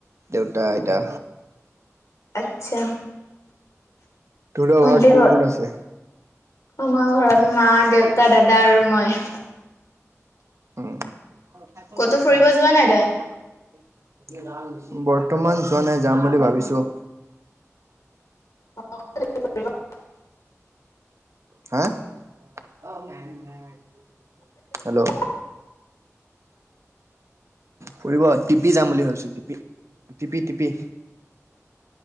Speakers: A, on the right; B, on the left.
A: দেউতা, আইতা।
B: আত্চ্ছা।
A: তহঁতৰ
B: ভন্টি
A: ঘৰত কোন
B: ক'ত?
A: কোন আছে?
B: আমাৰ ঘৰত মা, দেউতা, দাদা আৰু মই।
A: <unintelligible>
B: ক'তো ফুৰিব যোৱা নাই তই
A: <unintelligible> বৰ্তমান যোৱা নাই যাম বুলি ভাবিছোঁ।
B: <unintelligible>
A: হা <unintelligible> হেল্ল'
B: <inaudible>
A: ফুৰিব টিপি যাম বুলি ভাবিছো টিপি টিপি,